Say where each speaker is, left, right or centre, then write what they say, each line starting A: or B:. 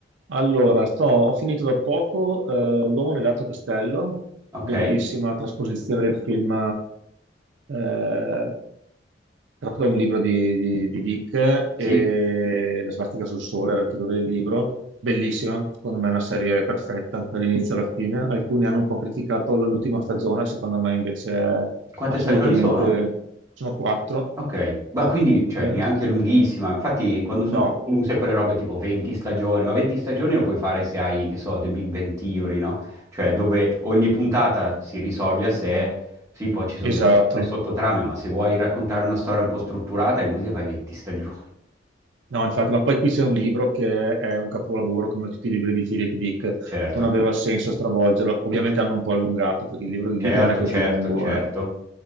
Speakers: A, on the right (about 85°); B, on the right (about 15°).
A: Allora, sto- ho finito da poco eh, L'uomo nell'altro castello,
B: Ok.
A: bellissima trasposizione del film eh, tratto da un libro di, di- di Dick, e
B: Sì.
A: La sbartica sul sole era il titolo del libro, bellissima, secondo me è una serie perfetta dall'inizio alla fine. Alcuni hanno un po' criticato l'ultima stagione, secondo me invece è
B: Quante
A: assolutamente...
B: stagioni sono?
A: sono quattro.
B: Ok, ma quindi cioè,
A: Eh,
B: neanche lunghissima, infatti quando sono
A: no,
B: troppo lunghe sai, quelle robe tipo 20 stagioni, ma 20 stagioni lo puoi fare se hai, che so, The Big Bang Theory, no? Cioè dove ogni puntata si risolve a sé, sì, poi ci sono
A: esatto.
B: delle sottotrame, ma se vuoi raccontare una storia un po' strutturata è inutile fai 20 <laughs> stagioni.
A: No, infatti, ma poi qui c'è un libro che è un capolavoro come tutti i libri di Philip Dick,
B: Certo,
A: non aveva senso stravolgerlo. Ovviamente hanno un po' allungato perché il libro di Dick
B: certo,
A: non è così
B: certo,
A: lungo,
B: certo.
A: eh